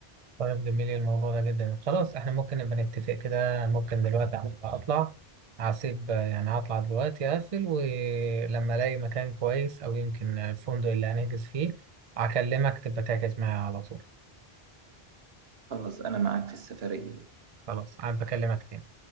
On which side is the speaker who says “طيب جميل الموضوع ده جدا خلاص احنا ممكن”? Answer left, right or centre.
Right